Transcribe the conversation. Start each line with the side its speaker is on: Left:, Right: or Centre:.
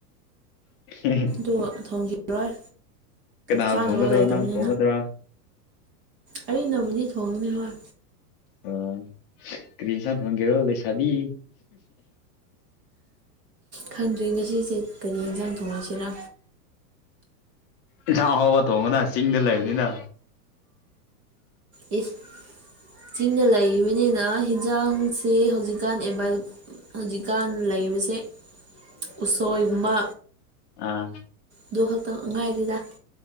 Left: <unintelligible>
Right: ꯇꯨ ꯊꯣꯡꯈꯤꯔꯣꯏ
Left: ꯀꯅꯥꯅ
Right: ꯆꯥꯅꯕ
Left: ꯊꯣꯡꯒꯗ꯭ꯔꯣ
Right: ꯂꯩꯇꯕꯅꯤ꯫
Left: ꯅꯪ ꯊꯣꯡꯒꯗ꯭ꯔꯥ
Right: ꯑ ꯅꯕꯨꯗꯤ ꯊꯣꯡꯉꯅꯤ ꯍꯣꯏ
Left: ꯑꯣ ꯀ꯭ꯔꯤꯁ ꯊꯣꯡꯒꯦꯔꯣ ꯂꯩꯩꯁꯥꯕꯤ꯫
Right: ꯈꯪꯗ꯭ꯔꯤ ꯉꯁꯤꯁꯦ ꯀꯔꯤ ꯌꯦꯟꯖꯥꯡ ꯊꯣꯡꯉꯁꯤꯔ꫰꫰
Left: ꯏꯟꯁꯥꯛ ꯑꯍꯥꯎꯕ ꯊꯣꯡꯉꯅ ꯆꯤꯡꯗ ꯂꯩꯕꯅꯤꯅ꯫
Right: ꯑꯦꯁ ꯆꯤꯡꯗ ꯂꯩꯔꯤꯕꯅꯤꯅ ꯍꯤꯟꯖꯥꯡꯁꯦ ꯍꯧꯖꯤꯛꯀꯥꯟ ꯑꯦꯕꯥ ꯍꯧꯖꯤꯛꯀꯥꯟ ꯂꯩꯕꯁꯦ ꯎꯁꯣꯏꯒꯨꯝꯕ
Left: ꯑꯥ
Right: ꯑꯗꯨ ꯈꯛꯇꯪ ꯑꯉꯥꯏꯗꯨꯗ